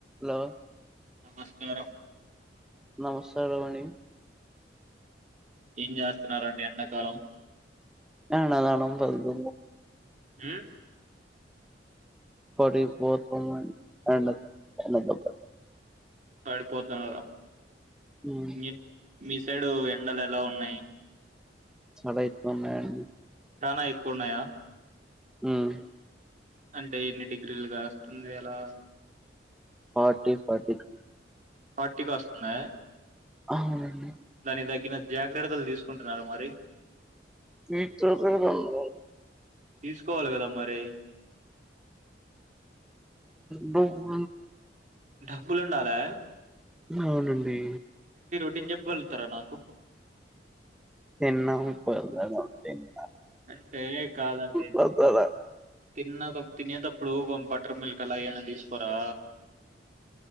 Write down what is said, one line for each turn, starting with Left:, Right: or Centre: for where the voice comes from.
Centre: Hello
Right: నమస్కారం
Centre: నమస్కారం అండి
Right: ఏం చేస్తన్నారండి ఎండాకాలం
Centre: యా వాళ్ళని నమ్మొద్దు
Right: మ్మ్
Centre: సరే పోతున్నాను పండక్కి <inaudible>
Right: పడిపోతున్నారా
Centre: హ్మ్మ్
Right: మీ- మీ సైడు ఎండలు ఎలా ఉన్నాయి
Centre: చాలా ఎక్కువ ఉన్నాయండి
Right: చానా ఎక్కువున్నాయా
Centre: ఉమ్
Right: అంటే ఎన్ని డిగ్రీలు కాస్తుంది ఎలా
Centre: ఫార్టీ ఫార్టీటూ
Right: ఫార్టీ కాస్తుందా
Centre: అవునండి
Right: దానికి తగ్గిన జాగ్రత్తలు తీసుకుంటున్నారా మరి
Centre: <unintelligible>
Right: తీసుకోవాలి కదా మరి
Centre: బ మ
Right: డబ్బులుండాల
Centre: అవునండి
Right: ఏం చెప్ప వెళ్తారా నాకు
Centre: తిన్నా పడుకోడానికి వచ్చిన
Right: అంటే కాదండి
Centre: పదాలు
Right: తిన్న తినేటప్పుడు కొ బట్టర్ మిల్క్ అలా ఏన్న తీసుకోరా